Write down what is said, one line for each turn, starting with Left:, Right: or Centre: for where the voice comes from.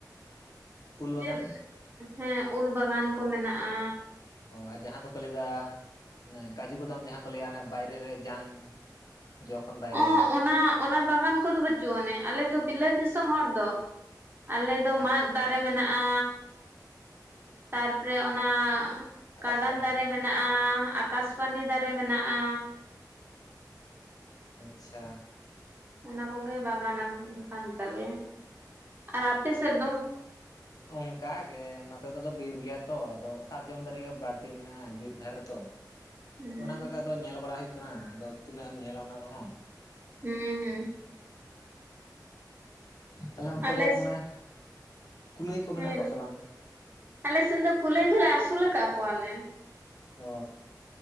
Left: ᱩᱞ
Right: ᱪᱮᱫ
Left: ᱵᱟᱜᱟᱱ
Right: ᱦᱮᱸ ᱩᱞ ᱵᱟᱜᱟᱱ ᱠᱚ ᱢᱮᱱᱟᱜᱼᱟ᱾
Left: ᱳ ᱡᱟᱦᱟ ᱫᱚᱠᱚ ᱞᱟᱹᱭᱫᱟ ᱚᱱᱮ ᱠᱟᱹᱡᱩ ᱵᱟᱫᱟᱢ ᱡᱟᱦᱟᱸ ᱠᱚ ᱞᱟᱹᱭᱟ ᱟᱱᱮ ᱵᱟᱭᱨᱮ ᱨᱮ ᱡᱟᱝ ᱡᱚ ᱠᱷᱚᱱ ᱵᱟᱭᱨᱮ
Right: ᱳᱸ
Left: ᱨᱮ
Right: ᱚᱱᱟ ᱚᱱᱟ ᱵᱟᱜᱟᱱ ᱠᱚᱫᱚ ᱵᱟᱹᱪᱩᱜ ᱟᱹᱱᱮ ᱟᱞᱮ ᱫᱚ ᱵᱤᱞᱟᱹᱛ ᱫᱤᱥᱚᱢ ᱦᱚᱲ ᱫᱚ ᱟᱞᱮ ᱫᱚ
Left: ᱟᱪᱪᱷᱟ
Right: ᱢᱟᱫ
Left: ᱟᱪᱪᱷᱟ
Right: ᱫᱟᱨᱮ ᱢᱮᱱᱟᱜᱼᱟ ᱛᱟᱨᱯᱚᱨᱮ ᱚᱱᱟ
Left: ᱟᱠᱟᱥᱯᱟᱱᱤ
Right: ᱠᱟᱫᱟᱢ ᱫᱟᱨᱮ ᱢᱮᱱᱟᱜᱼᱟ ᱟᱠᱟᱥᱯᱟᱱᱤ ᱫᱟᱨᱮ ᱢᱮᱱᱟᱜᱼᱟ᱾
Left: ᱟᱪᱪᱷᱟ
Right: ᱚᱱᱟ ᱠᱚᱜᱮ ᱵᱟᱜᱟᱱ ᱠᱟᱱ ᱛᱟᱞᱮᱭᱟ᱾ ᱟᱨ ᱟᱯᱮ ᱥᱮᱫ ᱫᱚ?
Left: ᱚᱱᱠᱟ ᱜᱮ ᱱᱚᱛᱮ ᱫᱚ ᱵᱤᱨ ᱜᱮᱭᱟ ᱛᱚ ᱟᱫᱚ ᱥᱟᱨᱡᱚᱢ ᱫᱟᱨᱮ ᱜᱮ ᱵᱟᱲᱛᱤ ᱢᱮᱱᱟᱜᱼᱟ ᱵᱤᱨ ᱫᱷᱟᱨᱮ ᱛᱚ
Right: ᱦᱩᱸ
Left: ᱚᱱᱟ ᱠᱚᱜᱮ ᱟᱫᱚ ᱧᱮᱞ ᱵᱟᱲᱟ ᱦᱳᱭᱩᱜ ᱠᱟᱱᱟ ᱟᱫᱚ ᱛᱤᱱᱟᱹᱜ ᱮᱢ ᱧᱮᱞᱟ ᱚᱱᱟ ᱠᱚᱦᱚᱸ
Right: ᱦᱩᱸ ᱦᱩᱸ
Left: ᱛᱟᱦᱞᱮ ᱚᱱᱛᱮ
Right: ᱟᱞᱮ
Left: ᱫᱚ ᱢᱟᱱᱮᱭ ᱠᱩᱞᱟᱹᱭ ᱠᱚ ᱢᱮᱱᱟᱜ
Right: ᱦᱮᱸ
Left: ᱠᱚᱣᱟ ᱥᱮ ᱵᱟᱝ?
Right: ᱟᱞᱮ ᱥᱮᱱ ᱫᱚ ᱠᱩᱞᱟᱹᱭ ᱫᱚᱞᱮ ᱟᱥᱩᱞ ᱠᱟᱜ ᱠᱚᱣᱟᱞᱮ
Left: ᱚ